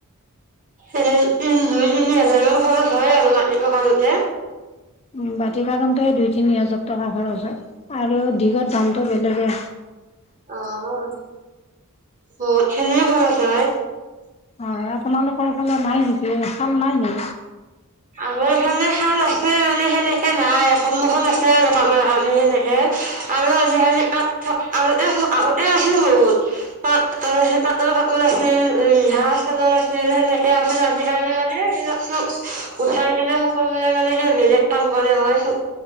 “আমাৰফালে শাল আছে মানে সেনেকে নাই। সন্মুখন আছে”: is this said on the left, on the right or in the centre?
Right